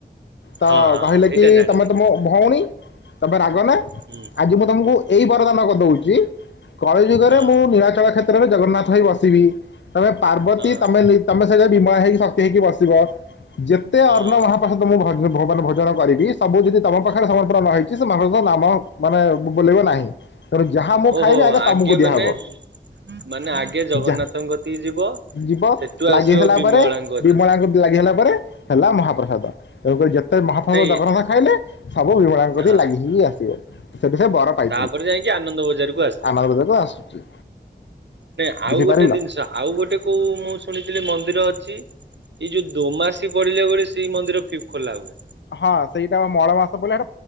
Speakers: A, on the left; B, on the right.
A: ତ
B: ହଁ ହଁ
A: କହିଲେ
B: ଏଇଟା
A: କି
B: ଜାଣିଛି
A: ତମେ ତ ମୋ ଭଉଣୀ ତମେ ରାଗ ନା
B: ହୁଁ
A: ଆଜି ମୁଁ ତମକୁ ଏଇ ବରଦାନ ଦଉଛି କଳି ଯୁଗରେ
B: ହଁ
A: ମୁଁ ନିଳାଚଳ କ୍ଷେତ୍ର ତ୍ର ରେ ଜଗନ୍ନାଥ ହେଇ ବସିବି। ତାପରେ ପାର୍ବତୀ
B: ହଁ
A: ତମେ ନି ତମେ ସେଟା ବିମଳା ହେଇକି ସକ୍ତି ହେଇକି ବସି ଥିବ ଯେତେ
B: ହଁ
A: ଅର୍ଣ୍ଣ ମହାପାସ ମୁଁ ଭ ଭୋବନ ଭୋଜନ କରିବି ସବୁ ଯଦି ତମ ପାଖରେ ସମର୍ପୂରଣ ହେଇଛି ସେ ମହା ନାମ ମାନେ ବୋଲେଇବ ନାହିଁ। ତେଣୁ ଯାହା ମୁଁ
B: ଓହୋ
A: ଖାଇବି ଆଗେ ତମକୁ ଦିଆହବ।
B: ମାନେ ମାନେ ଆଗେ ଜଗନ୍ନାଥଙ୍କ
A: ଯା
B: କତିକି ଯିବ
A: ଯିବ
B: ସେଠୁ
A: ଲାଗିସିଲା
B: ଆସିବ ବିମଳାଙ୍କ
A: ପରେ
B: କତିକି
A: ବିମଳାଙ୍କ ଲାଗି ହେଲା ପରେ ହେଲା ମହାପ୍ରସାଦ। ତେଣୁ କରି ଯେତେ ମହାପ୍ରଭୁ
B: ନାଇଁ
A: ଜଗନ୍ନାଥ ଖାଇଲେ ସବୁ ବିମଳାଙ୍କ
B: ହଁ
A: ଦେଇ ଲାଗି ହେଇକି ଆସିବ। ସେଠି ସେ ବର ପାଇ
B: ତାପରେ ଯାଇକି ଆନନ୍ଦ ବଜାରକୁ ଆସେ
A: ଆନନ୍ଦବଜାର ତ ଆସୁଛି
B: ନାଇଁ ଆଉ
A: ବୁଝିପାରିଲ
B: ଗୋଟେ ଜିନିଷ ଆଉ ଗୋଟେ କୋଉ ମୁଁ ଶୁଣିଥିଲି ମନ୍ଦିର ଅଛି। ଏଇ ଯଉ ଦୋମାସି ପଡ଼ିଯାଏ ବେଳେ ସେଇ ମନ୍ଦି ଖୋଲା ହୁଏ।
A: ହଁ ସେଇଟା ମଳ ମାସ ପଇଲା